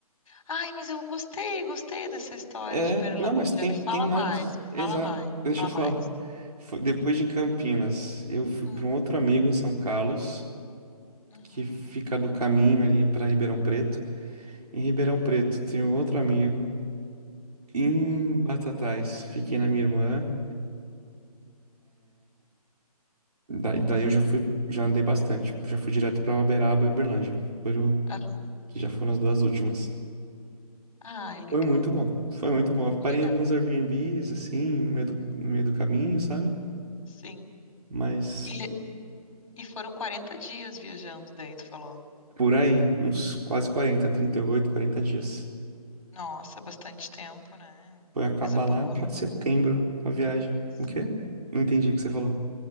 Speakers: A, on the left; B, on the right.
A: Ai, mas eu gostei, gostei dessa história
B: É,
A: de Uberlândia.
B: não, mas tem,
A: Me fala
B: tem mais.
A: mais, me
B: Exato.
A: fala mais, me
B: Deixa
A: fala
B: eu
A: mais.
B: falar. Foi- depois de Campinas, eu fui
A: Hum,
B: para um outro amigo em São Carlos,
A: uhum,
B: que fica no caminho ali para Ribeirão Preto. Em Ribeirão Preto, tem um outro amigo. Em
A: hum,
B: Batatais, fiquei na minha irmã. Da- Daí eu já fui, já andei bastante. Já fui direto para Uberaba e Uberlândia. Foram,
A: aham.
B: que já foram as duas últimas.
A: Ai, legal,
B: Foi muito bom. Foi muito bom. Eu parei
A: legal.
B: em alguns Airbnbs, assim, no meio do, no meio do caminho, sabe?
A: Sim.
B: Mas
A: E, le- e foram 40 dias viajando, daí tu falou.
B: por aí, uns quase quarenta, trinta e oito, quarenta dias.
A: Nossa, bastante tempo, né?
B: Foi acabar
A: Coisa boa.
B: lá pra setembro a viagem.
A: Sim.
B: O quê? Não entendi o que você falou.